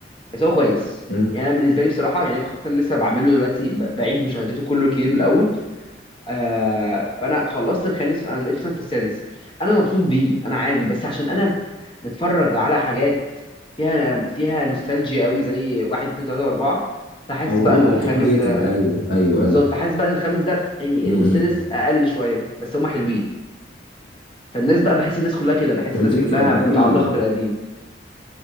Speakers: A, on the left (about 30°); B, on the left (about 65°).
A: بس هو كويس
B: مم.
A: يعني انا بالنسبة لي بصراحة يعني أنا كنت انا لسه بعمله دلوقتي ب- بعيد مشاهدته كله كتير من الاول آه فانا خلصت الخامس فانا دلوقتي مثلا في السادس انا مبسوط بيه انا عادي بس عشان انا متفرج على حاجات فيها فيها نوستالجيا قوي زي واحد اتنين تلاته واربعه فحاسس
B: او
A: بقى
B: رو-
A: ان الخامس
B: او توب ريتد
A: ده
B: ايوه ايوه
A: بالظبط
B: ايوه
A: فحاسس بقى ان الخامس ده يعني
B: امم
A: والسادس اقل شويه بس هما حلوين فالناس بقى بحس الناس كلها كده بحس
B: طب
A: الناس
B: انت ليك
A: كلها
B: في الاجنبي
A: متعلقه بالقديم